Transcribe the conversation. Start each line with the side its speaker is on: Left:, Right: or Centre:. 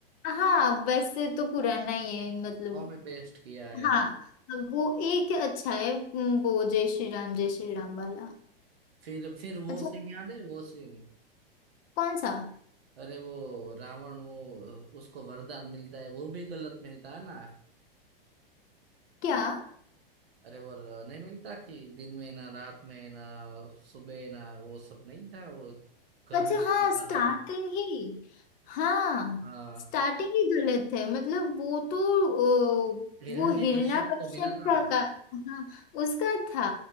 Left: राम हाँ वैसे तो पुराना ही है मतलब
Right: कॉपी पेस्ट किया है
Left: हाँ तो वो एक अच्छा है हम्म, वो जय श्री राम जय श्री राम वाला
Right: फिर फिर वो
Left: अच्छा
Right: सीन याद है वो सीन
Left: कौन सा
Right: अरे वो रावण वो उसको वरदान मिलता है वो भी गलत मिलता है ना
Left: क्या
Right: अरे वो र- नहीं मिलता कि दिन में ना रात में ना सुबह ना वो सब नहीं था वो घर
Left: अच्छा
Right: में
Left: हाँ
Right: ना बाहर
Left: स्टार्टिंग ही हाँ
Right: हाँ
Left: स्टार्टिंग ही गलत है मतलब वो तो ओ,
Right: हिरण्यकश्यप
Left: वो हिरण्यकश्यप
Right: को मिला था
Left: का, का हाँ उसका था